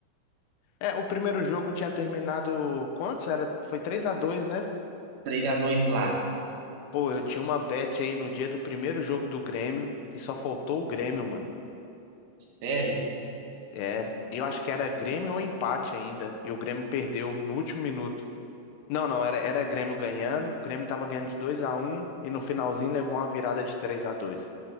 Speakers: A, on the left (about 80°); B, on the right (about 75°).
A: É, o primeiro jogo tinha terminado quantos? Era, foi três a dois, né?
B: Três a dois lá.
A: Pô, eu tinha uma bet aí no dia do primeiro jogo do Grêmio, que só faltou o Grêmio, mano.
B: Sério?
A: É, e eu acho que era Grêmio ou empate ainda, e o Grêmio perdeu no último minuto. Não, não, era, era Grêmio ganhando, o Grêmio tava ganhando de 2x1 e no finalzinho levou uma virada de três a dois.